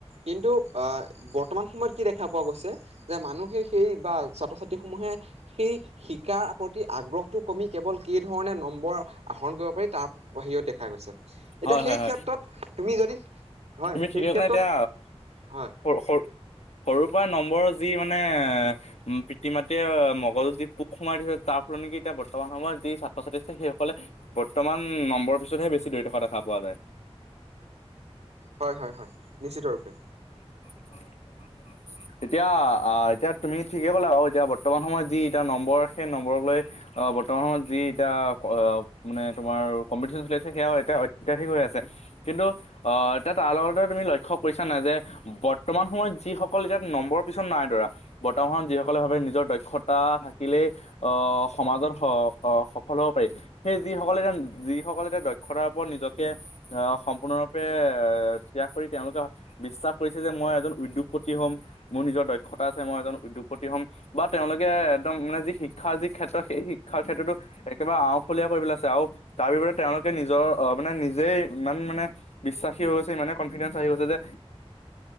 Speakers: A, on the right (about 85°); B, on the left (about 85°).
A: কিন্তু আহ বৰ্তমান সময়ত কি দেখা পোৱা গৈছে যে মানুহে সেই বা ছাত্ৰ ছাত্ৰী সমূহে সেই শিকাৰ প্ৰতি আগ্ৰহটো কমি কেৱল কি ধৰণে নম্বৰ আহৰণ কৰিব পাৰি তাৰ বাহিৰত দেখা গৈছে
B: হয়
A: এতিয়া সেই
B: হয় হয়
A: ক্ষেত্ৰত তুমি যদি হয়
B: তুমি
A: সেই
B: ঠিকেই
A: ক্ষেত্ৰত
B: না এতিয়া
A: হয়
B: সৰু সৰুৰ পৰা নম্বৰৰ যি মানে এ উ পিতৃ মাতৃয়ে মগলৰ যি পোক সোমাই দিছে তাৰ ফলত নেকি এতিয়া বৰ্তমান সময়ত যি ছাত্ৰ ছাত্ৰী আছে সেই সকলে বৰ্তমান নম্বৰৰ পিছতহে বেছি ধৰি থকা দেখা পোৱা যায়
A: হয় হয় হয় নিশ্চিত ৰূপে
B: <inaudible> এতিয়া এতিয়া তুমি ঠিকেই ক'লো বাৰু এতিয়া বৰ্তমান সময়ত যি এতিয়া নম্বৰ সেই নম্বৰক লৈ আহ বৰ্তমান সময়ত যি এতিয়া মানে তোমাৰ কম্পিটিশ্যন চলি আছে সেয়াও এতিয়া অত্যাধিক হৈ আছে কিন্তু অ এতিয়া তাৰ লগতে তুমি লক্ষ্য কৰিছা নে যে বৰ্তমান সময়ত যিসকল এতিয়া নম্বৰৰ পিছত নাই ধৰা বৰ্তমানত যিসকললে ভাৱে নিজৰ দক্ষতা থাকিলেই আহ সমাজৰ সফল হ'ব পাৰি সেই যিসকলেতি যিসকলে এতিয়া দক্ষতাৰ ওপৰত নিজকে আহ সম্পূৰ্ণৰূপে এ ত্যাগ কৰি তেওঁলোকে বিশ্বাস কৰিছে যে মই এজন উদ্যোগপতি হ'ম মোৰ নিজৰ দক্ষতা আছে মই এজন উদ্যোগপতি হ'ম। বা তেওঁলোকে একদম মানে যি শিক্ষাৰ যি ক্ষেত্ৰত সেই শিক্ষাৰ ক্ষেত্ৰতো একেবাৰে আওফলীয়া কৰিব পেলাই আছে আৰু। তাৰ বিপৰতে তেওঁলোকে নিজৰ আহ মানে নিজেই ইমান মানে বিশ্বাস সী হৈ গৈছে ইমানে কনফিডেন্ঞ্চ আহি গৈছে যে